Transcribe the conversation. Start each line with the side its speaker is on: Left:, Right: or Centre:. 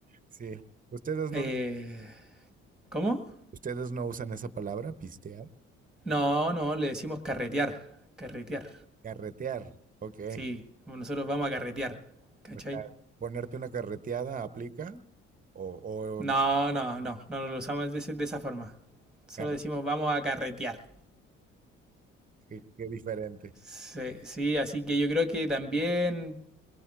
Right: Sí. ¿Ustedes
Centre: Eh,
Right: no,
Centre: ¿cómo?
Right: ustedes no usan esa palabra, pistear?
Centre: No, no, le decimos carretear, carretear.
Right: Carretear. Ok.
Centre: Sí, nosotros vamos a carretear, ¿cachai?
Right: O sea, ponerte una carreteada aplica o, o-
Centre: No,
Right: o no.
Centre: no, no, no lo usamos de, ese- de esa forma. Solo
Right: Car-
Centre: decimos vamos a carretear.
Right: qué, qué diferente.
Centre: Sí, sí, así que yo creo que también